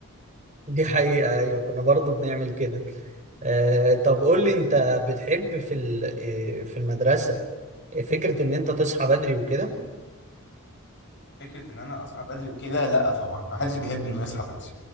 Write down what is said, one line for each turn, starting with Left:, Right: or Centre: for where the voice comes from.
Right: <laughs> دي حقيقه ايوه كنا برضو بنعمل كده آه طب قول لي انت بتحب في ال... آه، في المدرسه فكره ان انت تصحى بدري وكده
Left: فكره ان انا اصحى بدري وكده لا طبعا ما حدش بيحب انه يصحى بدري